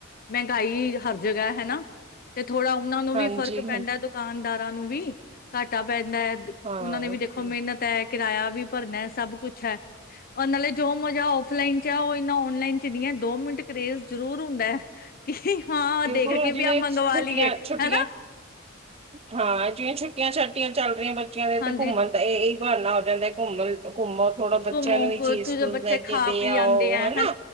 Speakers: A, on the left (about 45°); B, on the right (about 30°).
A: ਮਹਿੰਗਾਈ ਹਰ ਜਗ੍ਹਾ ਹਨਾ ਤੇ ਥੋੜਾ ਉਹਨਾ ਨੂੰ
B: ਹਾਂਜੀ
A: ਵੀ ਫ਼ਰਕ ਪੈਂਦਾ ਦੁਕਾਨਦਾਰ ਨੂੰ ਵੀ ਘਾਟਾ ਪੈ ਦਾ
B: ਹਾਂ
A: ਉਹਨਾਂ ਨੇ ਵੀ ਦੇਖੋ
B: ਬਿਲਕੁਲ
A: ਮਿਹਨਤ ਹੈ ਕਿਰਾਇਆ ਵੀ ਭਰਨਾ ਸਭ ਕੁੱਛ ਅੱਛਾ ਉਹ ਨਾਲੇ ਜੋ ਮਜ਼ਾ ਔਫਲਾਈਨ ਚ ਏਨਾ ਆਨਲਾਈਨ ਲਾਈਨ ਚ ਨਹੀਂ ਦੋ ਮਿੰਟ ਕਰੇਜ਼ ਜ਼ਰੂਰ ਹੁੰਦਾ ਹੈ ਕਿ ਹਾਂ
B: ਬਿਲਕੁਲ
A: ਦੇਖ
B: ਹੁਣ
A: ਕੇ
B: ਜਿਵੇਂ
A: ਵੀ ਆਪ ਮੰਗਵਾ
B: ਛੁੱਟੀਆਂ-ਛੁੱਟੀਆਂ
A: ਲਈਏ ਹਨਾ
B: ਹਾਂ ਜਿਵੇਂ ਛੁੱ ਛੱਟੀਆਂ ਚੱਲ ਰਹੀਆਂ ਬੱਚੀਆਂ ਦੇ
A: ਹਾਂਜੀ
B: ਤੇ ਘੁੰਮਣ ਤਾਂ ਇਹ ਨਾ ਹੋ ਜਾਂ ਤੇ ਘੁੰਮਣ ਘੁੰਮੋ ਥੋੜਾ ਬੱਚਿਆਂ
A: ਘੁੰਮੋ
B: ਨੂੰ ਵੀ
A: ਕੁ
B: ਚੀਜ਼
A: ਉੱਥੋਂ ਦੇ
B: ਟੂਜ
A: ਬੱਚੇ
B: ਲੈ ਕੇ
A: ਖਾ
B: ਦੇ
A: ਪੀ
B: ਆਓ
A: ਆਂਦੇ ਐ
B: ਹਨਾ